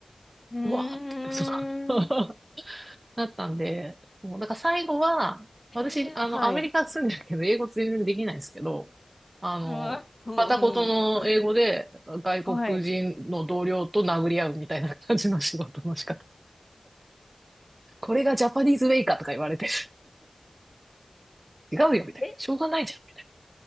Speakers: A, on the left; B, on the right.
A: うん。うーん。
B: うわーって、そう <laughs> だったんで、そう、だから最後は、
A: えー、
B: 私、あの、
A: はい。
B: アメリカ住んでるけど、英語全然できないんですけど、あの、
A: <laughs> うん。うんうん
B: 片言の英語で外国人の同僚と殴り合うみたいな感じの仕事の仕方。
A: はい。
B: これがジャパニーズウェイかとか言われて、違うよみたいな。
A: え、
B: しょうがないじゃんみたい